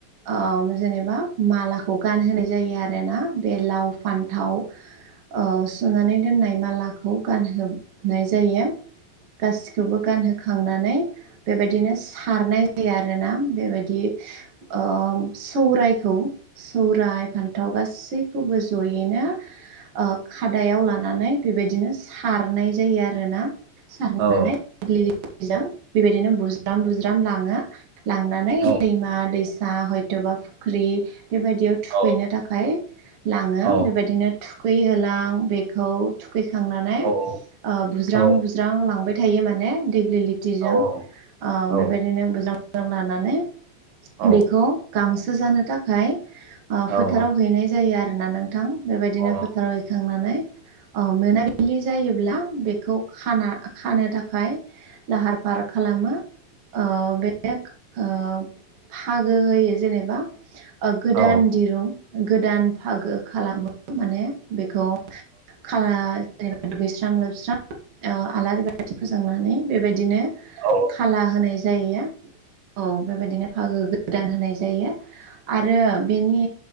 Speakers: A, on the right; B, on the right.
A: ओम जेनेबा मालाखौ गानहोनाय जायो आरो ना बे लाव फान्थाव ओ सुनानै दोननाय मालाखौ गानहोनाय जायो। गासिखौबो गानहोखांनानै बेबायदिनो सि खारनाय जायो आरोना बेबायदि ओ सौरायखौ सौराय फान्थाव गासैखौबो जयैनो ओ खा दायाव लानानै बेबायदिनो सारनाय जायो। आरोना सारनानै
B: औ औ
A: <unintelligible> बेबायदिनो बुज्राम बुज्राम लाङो लांनानै
B: औ
A: दैमा दैसा हयथ'बा फुख्रि बेबायदियाव थुखैनो
B: औ
A: थाखाय लाङो
B: औ
A: बेबायदिनो थुखैहोलां बेखौ थुखैखांनानै ओ
B: औ
A: बुज्रां
B: औ
A: बुज्रां लांबाय थायो माने देग्लि लि थिजों
B: औ
A: ओ
B: औ
A: बेबायदिनो मोजां मोजां लानानै
B: औ
A: बेखौ गांसो जानो थाखाय ओ
B: औ
A: फोथाराव
B: औ
A: हैनाय जायो आरोना नोंथां बेबायदिनो
B: औ
A: फोथाराव खांनानै ओ मोनाबिलि जायोब्ला बे खौ खाना खानो थाखाय लाहार फाहार खालामो। ओ बे ओ फागो होयो जेनेबा गोदान
B: औ
A: दिरुं गोदान फागो खालामो माने बेखौ खाला जेनेबा दुगैस्रां लोबस्रां ओ आलारि बाथि फोजोंनानै बेबायदिनो
B: औ
A: फाला होनाय जायो औ बेबायदिनो फागो गोदान होनाय जायो। आरो बेनि